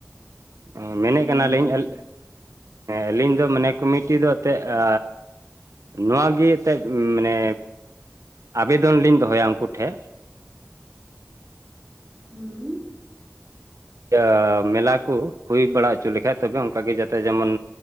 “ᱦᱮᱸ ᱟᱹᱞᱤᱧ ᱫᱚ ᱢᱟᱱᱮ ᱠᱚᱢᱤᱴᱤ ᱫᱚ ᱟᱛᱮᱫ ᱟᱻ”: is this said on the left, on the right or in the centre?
Right